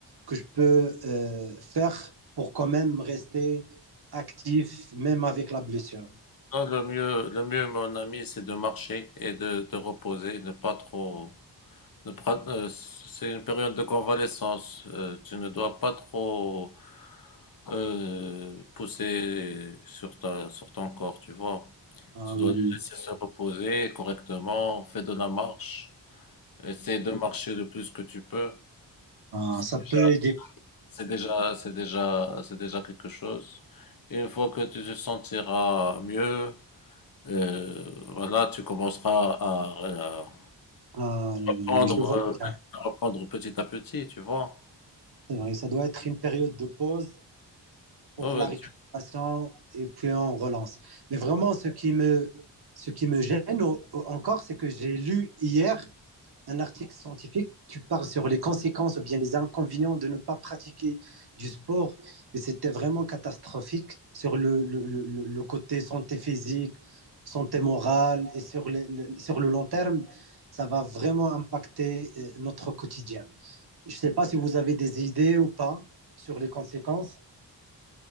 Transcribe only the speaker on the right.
que je peux euh, faire pour quand même rester actif, même avec la blessure.
Ah
oui,
oui.
oui.
Euh,
ça
peut aider.
Euh,
je vois,
que
c'est vrai, ça doit être une période de pause pour
la récupération
et puis on relance. Mais vraiment, ce qui me, ce qui me gêne au- au- encore, c'est que j'ai lu hier un article scientifique qui parle sur les conséquences ou bien les inconvénients de ne pas pratiquer du sport. Et c'était vraiment catastrophique sur le, le, le, le côté santé physique, santé morale et sur, les- le, sur le long terme, ça va vraiment impacter euh, notre quotidien. Je ne sais pas si vous avez des idées ou pas sur les conséquences,